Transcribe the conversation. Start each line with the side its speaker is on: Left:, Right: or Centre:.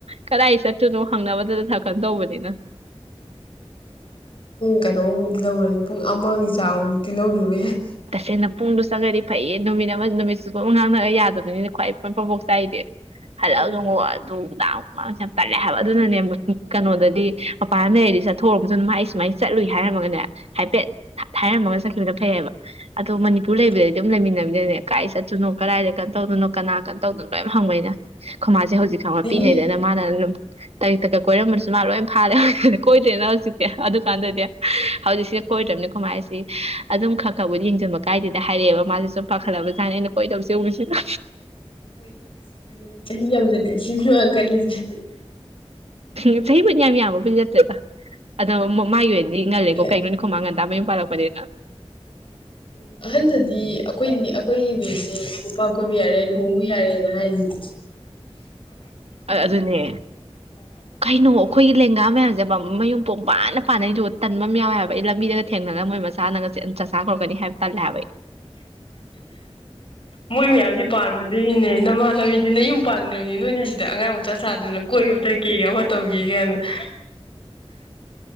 Right: ꯀꯗꯥꯏ ꯆꯠꯇꯣꯏꯅꯣ ꯍꯪꯅꯕꯗꯗꯥ ꯊ ꯀꯗꯧꯕꯅꯤꯅ
Left: ꯀꯩꯅꯣꯕꯨꯗꯤ ꯂꯧꯔꯅꯤ ꯄꯨꯡ ꯑꯃꯒꯤ ꯆꯥꯡꯃꯨꯗꯤ ꯂꯧꯈꯤꯕ ꯌꯥꯢ
Right: ꯇꯁꯦꯡꯅ ꯄꯨꯡꯗꯨ ꯆꯪꯉꯗꯤ ꯐꯩꯌꯦ ꯅꯨꯃꯤꯠ ꯑꯃ ꯅꯨꯃꯤꯠꯆꯨꯞꯄ ꯑꯃ ꯉꯥꯡꯅꯔ ꯌꯥꯗꯕꯅꯤꯅ ꯈ꯭ꯋꯥꯏ ꯄ ꯐꯣꯛꯐꯥꯛ ꯆꯥꯏꯁꯦ ꯍꯂꯉ
Left: ꯎꯝ
Right: ꯑꯗꯨꯗꯥ <unintelligible> ꯃꯥꯁ ꯌꯥꯝ ꯇꯜꯂꯦ ꯍꯥꯏꯕ ꯑꯗꯨꯅꯅꯦ ꯀꯩꯅꯣꯗꯗꯤ ꯃꯄꯥꯟ ꯂꯩꯔꯗꯤ ꯆꯠꯊꯣꯛꯎ ꯃꯇꯨꯡ ꯃꯥ ꯑꯩ ꯁꯨꯃꯥꯏꯅ ꯆꯠꯂꯨꯏ ꯍꯥꯏꯔꯝꯃꯒꯅꯦ ꯍꯥꯏꯐꯦꯠ ꯍꯥꯏꯔꯝꯃꯒ ꯆꯠꯈꯤꯕꯗ ꯐꯩꯑꯕ ꯗꯨ ꯃꯅꯤꯄꯨꯔ ꯂꯩꯕꯗꯗꯤ
Left: ꯐꯩ
Right: ꯑꯗꯨꯝ ꯂꯩꯃꯤꯟꯅꯕ ꯀꯥꯏ ꯆꯠꯇꯨꯅꯣ ꯀꯗꯥꯏꯗ ꯀꯩꯅꯣ ꯇꯧꯗꯅꯣ ꯀꯅꯥ ꯀ ꯇꯧꯗꯣꯏꯅꯣ ꯌꯥꯝ ꯍꯪꯕꯅꯤꯅ ꯁꯦ ꯍꯧꯖꯤꯛ ꯈꯪꯕ
Left: ꯑꯗꯒꯤ
Right: ꯄꯤꯉꯩꯗꯅ ꯃꯥꯅ ꯑꯗꯨꯝ ꯇꯔꯤ ꯇꯛ ꯀ ꯀꯣꯏꯔꯝꯕꯁꯨ ꯃꯥ ꯂꯣꯏꯅ ꯐꯥꯔꯦ ꯍꯧꯖꯤꯛꯇꯤ ꯀꯣꯏꯗ꯭ꯔꯦꯅ ꯍꯧꯖꯤꯛꯇꯤ ꯑꯗꯨꯀꯥꯟꯗꯗꯤ ꯍꯧꯖꯤꯛꯗꯤꯁꯤ
Left: ꯎꯝ
Right: ꯀꯣꯏ ꯇꯝꯅꯤ ꯀꯃꯥꯏꯁꯤ ꯑꯗꯨꯝ ꯈꯪ ꯊꯧꯕꯗ ꯌꯦꯡꯁꯤꯟꯕ ꯀꯥꯏꯗꯦꯗ ꯍꯥꯏꯔꯛꯑꯦꯕ ꯃꯥꯁꯦ ꯁꯨꯝꯄꯥꯈꯠꯂꯕꯅꯤ ꯑꯩꯅ ꯀꯣꯏꯗꯁꯦ ꯎꯕꯁꯤꯗ
Left: ꯍꯣꯏ ꯀꯩꯅꯣ ꯆꯍꯤ ꯌꯥꯝꯗꯂꯦ ꯁꯤꯅꯤꯃ ꯀꯜꯂꯤꯁꯦ
Right: ꯎ ꯆꯍꯤꯕꯨꯗꯤ ꯌꯥꯝ ꯌꯥꯝꯕꯕꯨꯗꯤ ꯅꯠꯇꯦꯗ ꯑꯗꯣ ꯃꯥꯒꯤ ꯑꯣꯏꯅꯗꯤ ꯉꯜꯂꯦꯀꯣ
Left: ꯅꯠꯇꯦ
Right: ꯀꯩꯅꯣꯅꯤ ꯈꯃꯥꯡꯒꯗꯦ ꯗ ꯃꯌꯨꯝ ꯄꯥꯜꯂꯛꯄꯗꯅꯤꯅ
Left: ꯎꯝ ꯑꯍꯟꯗꯗꯤ ꯑꯩꯈꯣꯏ ꯑꯩꯈꯣꯏꯒꯤ ꯕꯦꯁꯠꯁꯦ ꯅꯨꯄ ꯀꯣꯏꯕ ꯌꯥꯔꯦ ꯂꯨꯍꯣꯡꯕ ꯌꯥꯔꯦꯅ ꯍꯥꯏꯔꯤꯁꯦ
Right: ꯑꯑꯗꯨꯅꯦ ꯀꯩꯅꯣ ꯑꯩꯈꯣꯏꯒꯤ ꯂꯦꯡꯒꯥ ꯃꯌꯥꯝꯁꯦ ꯖ ꯃꯌꯨꯝ ꯄꯣꯝ ꯄꯥꯟꯗ ꯄꯥꯅꯩꯗꯨ ꯇꯟꯕ ꯑꯃ ꯌꯥꯎꯋꯦ ꯍꯥꯏꯕ ꯑꯩ ꯂꯝꯕꯤꯗꯒ ꯊꯦꯡꯅꯔꯒ ꯃꯣꯏ ꯃꯆꯥꯅꯒ ꯆꯥꯛꯆꯥ ꯀꯧꯔꯛꯀꯅꯤ ꯍꯥꯏꯕ ꯇꯜꯂꯦ ꯍꯥꯏꯕ ꯑꯩ
Left: ꯃꯣꯏ ꯃꯌꯥꯝꯁꯦ ꯄꯥꯟꯕꯥꯗꯒꯤꯅꯤꯅꯦ ꯏꯃꯥꯟꯅꯕꯤꯗꯤ ꯅꯌꯨꯝ ꯄꯥꯟꯈ꯭ꯔꯕꯅꯦ ꯅꯣꯏꯅꯁꯤꯗ ꯗ ꯑꯉꯥꯡ ꯃꯆꯥ ꯁꯥꯗꯅ ꯀꯣꯏꯕ ꯆꯀꯦꯒ ꯇꯧꯒꯦꯒꯅ <inaudible>